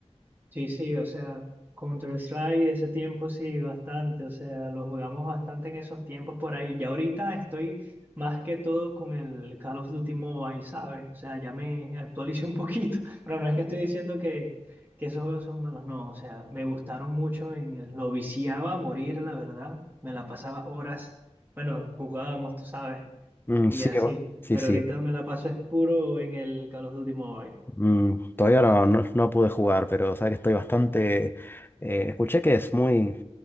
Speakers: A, on the right; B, on the left.
A: Sí, sí, o sea, Counter-Strike de ese tiempo sí, bastante, o sea, lo jugamos bastante en esos tiempos por ahí. Y ahorita estoy más que todo con el Call of Duty Mobile, ¿sabes? O sea, ya me actualicé un poquito, <laughs> pero no es que estoy diciendo que, que esos juegos son malos, no, o sea, me gustaron mucho, en el, lo viciaba a morir, la verdad, me la pasaba horas, bueno, jugábamos, tú sabes,
B: Mm,
A: y
B: sí,
A: así,
B: va. Sí,
A: pero
B: sí.
A: ahorita me la paso es puro en el Call of Duty Mobile.
B: Mm, todavía no, no, no pude jugar, pero sabes que estoy bastante... eh, escuché que es muy